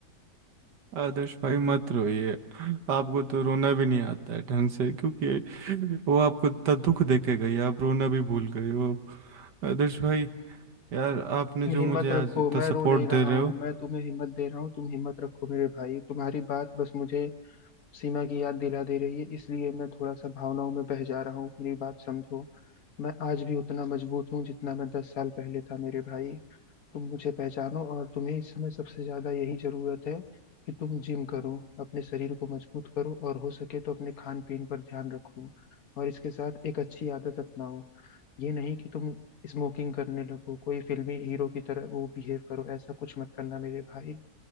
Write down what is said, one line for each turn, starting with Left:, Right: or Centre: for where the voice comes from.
Right: आदर्श भाई मत रोइए आपको तो रोना भी नहीं आता है ढंग से क्योंकि वो आपको इतना दुख देके गई आप रोना भी भूल गए हो अब। आदर्श भाई यार आपने
Left: तुम हिम्मत
Right: जो मुझे
Left: रखो
Right: आज इतना
Left: मैं
Right: सपोर्ट
Left: रो नहीं रहा
Right: दे रहे
Left: हूँ
Right: हो
Left: मैं तुम्हें हिम्मत दे रहा हूँ तुम हिम्मत रखो मेरे भाई तुम्हारी बात बस मुझे सीमा की याद दिला दे रही है इसलिए मैं थोड़ा सा भावनाओं में बह जा रहा हूँ मेरी बात समझो मैं आज भी उतना मजबूत हूँ जितना मैं दस साल पहले था मेरे भाई तुम मुझे पहचानो और तुम्हें इस समय सबसे ज्यादा यही जरूरत है कि तुम जिम करो अपने शरीर को मजबूत करो और हो सके तो अपने खान पीन पर ध्यान रखो और इसके साथ एक अच्छी आदत अपनाओ ये नहीं कि तुम स्मोकिंग करने लगो कोई फिल्मी हीरो की तरह वो बिहेव करो ऐसा कुछ मत करना मेरे भाई